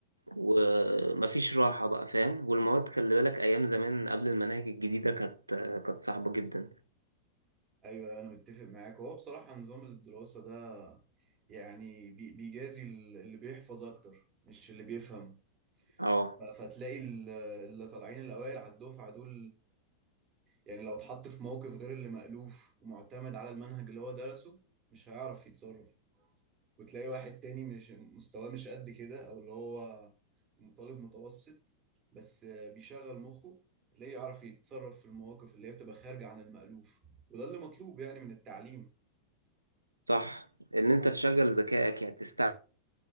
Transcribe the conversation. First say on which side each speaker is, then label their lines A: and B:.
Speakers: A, on the right; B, on the right.
A: ومفيش راحة بقى فاهم والمواد خلي بالك أيام زمان قبل المناهج الجديدة كانت آه، كانت صعبة جدا
B: <laughs> ايوه انا متفق معاك هو بصراحة نظام الدراسة ده يعني بي- بيجازي ال- اللي بيحفظ اكتر مش اللي بيفهم
A: اه
B: ف- فتلاقي ال- اللي طالعين الاوائل على الدفعة دول يعني لو اتحط في موقف غير اللي مألوف ومعتمد على المنهج اللي هو درسه مش هيعرف يتصرف وتلاقي واحد تاني مش مستواه مش قد كده او اللي هو طالب متوسط بس آه، بيشغل مخه هتلاقيه يعرف يتصرف في المواقف اللي هي بتبقى خارجة عن المألوف وده اللي مطلوب يعني من التعليم
A: صح إن أنت تشغل ذكائك يعني تستعمل